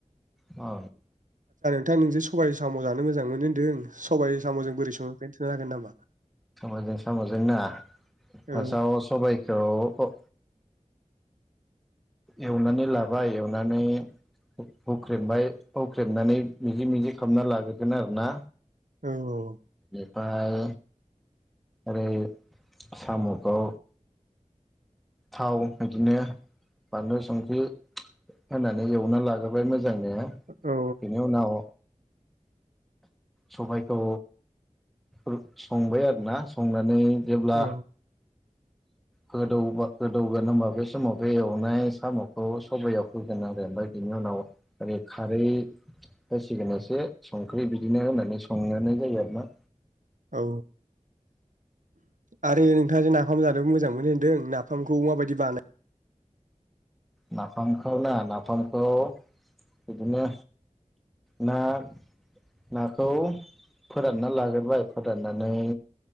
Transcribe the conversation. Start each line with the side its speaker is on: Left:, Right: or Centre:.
Centre: औ
Right: थां नोंजे सबाय साम' जानो मोजां मोनो होन्दों सबायजों साम'जों बोरै संङो जागोन नामा
Centre: साम'जों साम'जों ना फासआव
Right: औ
Centre: सबायखौ एवनानै लाबाय, एवनानै हु-हुख्रेमबाय, हुख्रेमनानै मिजि -मिजि खालामना लाग्रोगोन आरोना
Right: औ औ
Centre: फाय ओरै साम'खौ थाव बिदिनो बानलु, संख्रि होनानै एवना लाग्रोबाय मो जां नो बेनि
Right: औ
Centre: उनाव सबाइखौ रु-संबाय आरोना संनानै जेब्ला
Right: औ
Centre: गोदौबा गोदौगोन होमबा बे समाव बे एवनाय साम'खौ सबयाव होगोन आरो ओमफाय बेनि उनाव ओरै खारै होसिगोन एसे संख्रि बिदिनो होननानै संनानै होयो आरो ना
Right: औ आरो नोंथांङा जे नाफाम जानो मोजां मोनो होनदों नाफाम खौ माबायदि बानाय
Centre: नाफामखौ ना? नाफामखौ बिदिनो ना-नाखौ फोरानना लागोरबाय फोराननानै